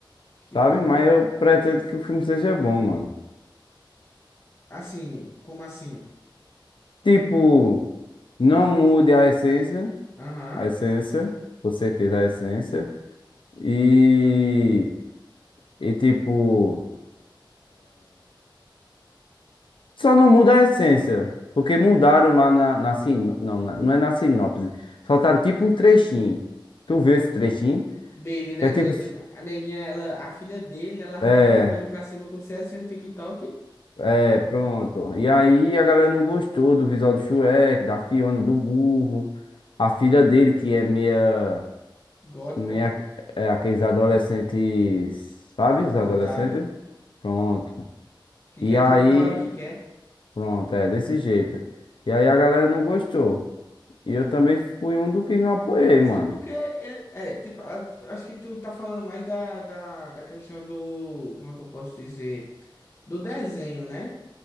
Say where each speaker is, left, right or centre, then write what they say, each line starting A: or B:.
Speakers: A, on the left (about 30°); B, on the left (about 75°).
A: Que
B: sabe?
A: da
B: Mas
A: hora.
B: eu pretendo que o filme seja bom, mano.
A: Assim, como assim?
B: Tipo, não mude a essência,
A: Aham.
B: a essência, com certeza a essência. E, e tipo, só não muda a essência, porque mudaram lá na, na sin... não, na- não é na sinopse. Soltaram tipo um trechinho. Tu viu esse trechinho?
A: Dele, né?
B: É tipo,
A: Que é tipo, a neguinha, ela, a filha dele, ela racha
B: é
A: o espelho pra cima como se estivesse vendo TikTok.
B: É, pronto. E aí a galera não gostou do visual do Shrek, da Fiona, do burro. A filha dele, que é meia,
A: Gótica,
B: meia, é aqueles adolescentes, sabe?
A: insuportável.
B: Os adolescentes? Pronto.
A: Que
B: E
A: quer
B: aí,
A: tudo na hora que quer.
B: pronto, é desse jeito. E aí a galera não gostou. E eu também fui um do que não apoiei,
A: Mas
B: mano.
A: é porque ele- é, tipo, a- acho que tu tá falando mais da, da, da questão do, como é que eu posso dizer? Do desenho, né?